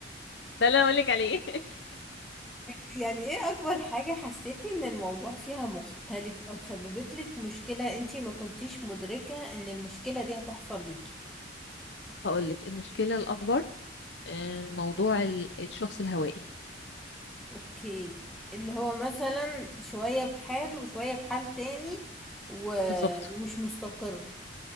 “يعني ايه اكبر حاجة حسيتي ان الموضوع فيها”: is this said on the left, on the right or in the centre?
Centre